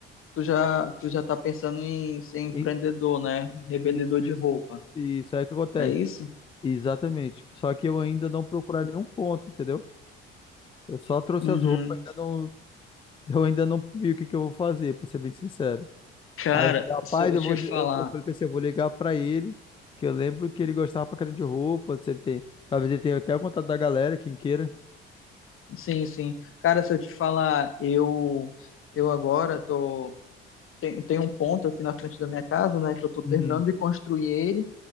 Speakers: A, on the left; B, on the left.
A: tu já, tu já tá pensando em ser empreendedor,
B: e-
A: né? Revendedor
B: isso,
A: de
B: isso,
A: roupa.
B: isso aí que acontece.
A: É isso?
B: Exatamente. Só que eu ainda não procurar nenhum ponto, entendeu? Eu só trouxe
A: Uhum.
B: as roupas, ainda não, <laughs> eu ainda não vi o que que eu vou fazer, pra ser bem sincero.
A: Cara,
B: Aí eu falei, rapaz,
A: se eu
B: eu
A: te
B: vou,
A: falar,
B: de- eu, eu falei, pensei, eu vou ligar pra ele, que eu lembro que ele gostava pra caramba de roupa, se ele tem, talvez ele tenha até o contato da galera, quem queira.
A: sim, sim. Cara, se eu te falar, eu eu agora tô tem, tem um ponto aqui na frente da minha casa, né, que eu tô terminando
B: Uhum,
A: de construir ele